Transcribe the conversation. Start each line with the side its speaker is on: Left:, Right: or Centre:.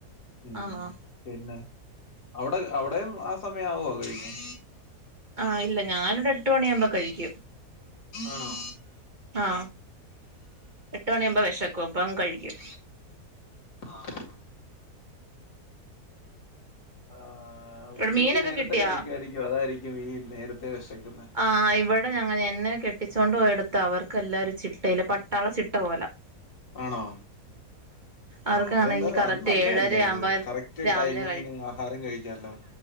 Left: ഉം
Right: ആന്നോ
Left: പിന്നെ അവിടെ അവിടെയും ആ സമയവോ കഴിക്കാൻ
Right: ആഹ് ഇല്ല ഞാനൊരു എട്ട് മണിയാവുമ്പോ കഴിക്കും
Left: ആണോ
Right: ആഹ് എട്ട് മണിയാവുമ്പോ വെശക്കും അപ്പങ്ങ് കഴിക്കും
Left: ആഹ് ആഹ്
Right: ഇവിടെ
Left: ഉച്ചക്ക്
Right: മീനൊക്കെ
Left: നേരത്തെ
Right: കിട്ടിയാ
Left: കഴിക്കുവായിരിക്കും അതായിരിക്കും ഈ നേരത്തെ വെശക്കുന്നേ
Right: ആ ഇവടെ ഞങ്ങ എന്നെ കെട്ടിച്ചോണ്ട് പോയോടുത്ത് അവർക്കെല്ലാ ഒരു ചിട്ടേല് പട്ടാള ചിട്ട പോലാ
Left: ആണോ
Right: അവർക്കാണെങ്കി
Left: ആഹ് അതെന്താ
Right: കറക്റ്റ്
Left: അത് നല്ലയല്ലേ
Right: ഏഴര
Left: അത്
Right: ആവുമ്പോ
Left: കറക്റ്റ്
Right: രാവിലെ
Left: ടൈമിങ്ങിന് ആഹ് അഹാരം കഴിക്കാല്ലോ